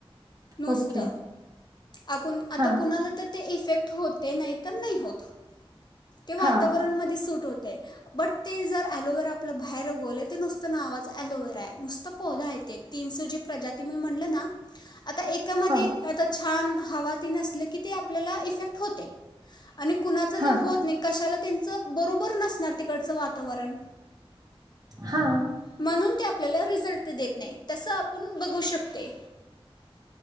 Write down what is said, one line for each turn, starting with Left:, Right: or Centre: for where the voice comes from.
Left: नुस्त
Right: ओके
Left: आपण आता
Right: हा
Left: कुणाला तर ते इफेक्ट होते, नाही तर नाही होत. ते वातावरण
Right: हा
Left: मध्ये सुट तो तय बट ते जर एलोवेरा बाहेर उगवलयं नुसतं नावाचं एलोवेरा हाय नुसतं पौधा हाय तिनसूजी प्रजाती मी म्हणलं ना आता एकामध्ये
Right: हा
Left: आता चं हा म हवा ती न नसले की ते, आपल्याला इफेक्ट होते आणि कुणाचचं
Right: हा
Left: होत नाही कशाला? तेनचं बरोबर नसणार तिकडचं वात वरण
Right: हा
Left: म्हणून त्या आपल्याला रिझल्ट देत नाही, तसं आपण बघू शकते.